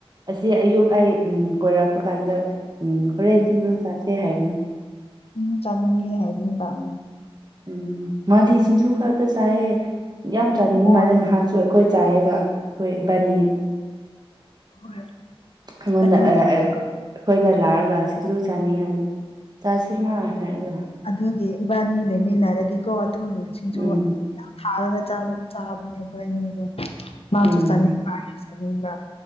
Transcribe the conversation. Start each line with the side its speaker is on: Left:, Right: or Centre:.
Right: ꯑꯁꯤ ꯑꯌꯨꯛ ꯑꯩ ꯎꯝ ꯀꯣꯏꯔꯛꯄ ꯀꯥꯟꯗ ꯎꯝ ꯍꯣꯔꯦꯟ
Left: ꯎꯝ
Right: ꯁꯤꯡꯖꯨ ꯆꯥꯁꯤ ꯁꯤ ꯍꯥꯏꯕꯅꯤ
Left: ꯎꯝ ꯆꯥꯅꯤꯡꯉꯦ ꯍꯥꯏꯕꯅꯤꯕ ꯎꯝ
Right: ꯎꯝ ꯃꯥꯗꯤ ꯁꯤꯡꯁꯖꯨ ꯈꯛꯇ ꯆꯥꯏꯑꯦ ꯌꯥꯝ ꯆꯥꯅꯤꯡꯕ
Left: ꯍꯣꯏ
Right: ꯃꯥꯜꯂꯦ ꯅꯍꯥꯟꯁꯨ ꯑꯩꯈꯣꯏ ꯆꯥꯏꯑꯦꯕ ꯑꯩꯈꯣꯏ ꯏꯕꯥꯅꯤ
Left: ꯍꯣꯏ
Right: ꯑꯩꯉꯣꯟꯗ
Left: ꯑꯗꯨꯒꯤ
Right: ꯑ ꯑ ꯑꯩꯈꯣꯏꯗ ꯂꯥꯛꯑꯒ ꯁꯤꯡꯖꯨ ꯆꯥꯅꯤꯡꯑꯦ ꯍꯥꯏꯗ ꯆꯥꯁꯤꯅ ꯍꯥꯏꯔꯒ
Left: ꯑꯗꯨꯗꯤ ꯏꯕꯥꯅꯤ ꯂꯩꯃꯤꯟꯅꯔꯗꯤꯀꯣ ꯑꯗꯨꯝ ꯁꯤꯡꯖꯨ
Right: ꯎꯝ
Left: ꯌꯥꯝ ꯊꯥꯔꯒ ꯆꯥ ꯆꯥꯕꯅꯦ ꯑꯅꯤꯗꯣ ꯃꯥꯁꯨ
Right: ꯎꯝ
Left: ꯆꯥꯅꯤꯡꯕ ꯑꯩꯁꯨ ꯆꯥꯅꯤꯡꯕ